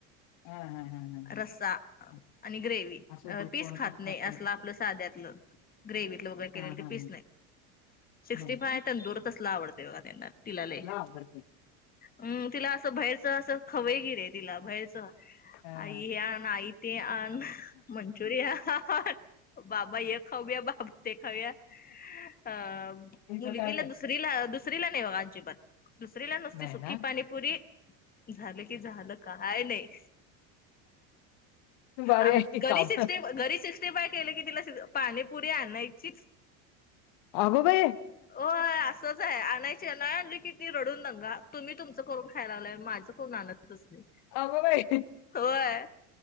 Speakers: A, on the left; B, on the left.
A: हा हा हा हा.
B: रस्सा
A: हा
B: आणि ग्रेवी
A: असू दे
B: पीस
A: कोण
B: खात
A: तर खाते
B: नाही असलं आपलं साध्यातलं. ग्रेव्हत वैगेरे
A: हा
B: केलं ते
A: हा हा
B: पीस नाही. सिक्स्टी
A: नाही
B: फाय
A: काय
B: तंदूर तसला आवडतय बघा त्यांना तिला लय.
A: वरती.
B: हम् तिला असं बाहेरच असं खवेय गिरे तिला बाहेरच.
A: हा
B: आई हे आण आई ते आण मंचुरिया आन. बाबा य खाऊया बाबा ते खाऊया अ
A: हिचं
B: मुलगीला
A: काय नाही
B: दुस दुसरी नाही अजिबात दुसरीला नसती
A: नाही
B: सुकी
A: ना
B: पाणी पुरी झालं की झालं काय नाही.
A: बरे
B: आम
A: आहे की
B: घरी
A: काम
B: सिक्स्टी घरी सिक्स्टी बाय केले की तिला पाणी पुुरी आणियचीच.
A: अगो बाई
B: हो असच आहे आणय चेना आणली की ती रडून दंगा तुम्ही तुमचं करून खायला लालाय माझं करून आणतच नाही.
A: अग बाई
B: होय.